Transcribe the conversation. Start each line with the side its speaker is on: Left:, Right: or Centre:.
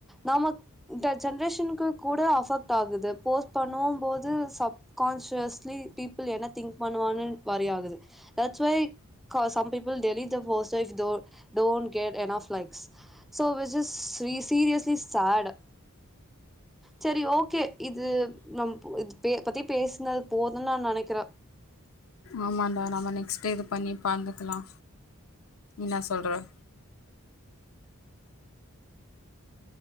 Centre: நமக் இந்த ஜென்ரேஷனுக்கு கூட அஃபெக்ட் ஆகுது போஸ்ட் பண்ணுவம் போது ச கான்சியஸ்லி பீப்பிள் என்ன திங்க் பண்ணுவான வரி ஆகுது தட்ஸ்ஒய் கா some people delete the post as though don't கேடு a of likes so which is seriously sad சரி ஓகே இது நம் புவ இது பேய பத்தி பேசினது போதுன்னு நா நனைக்கிற
Left: ஆமாண்டா நாம நெக்ஸ்ட் டே இது பண்ணி பாந்துக்கலா என்னா சொல்ற